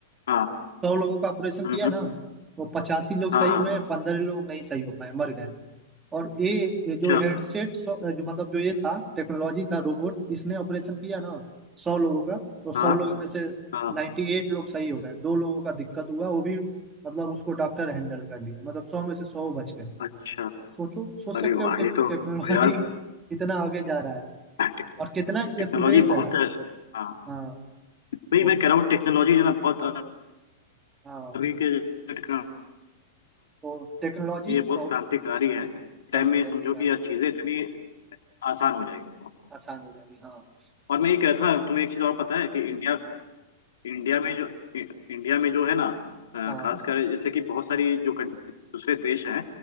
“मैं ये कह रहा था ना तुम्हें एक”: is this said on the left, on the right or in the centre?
Left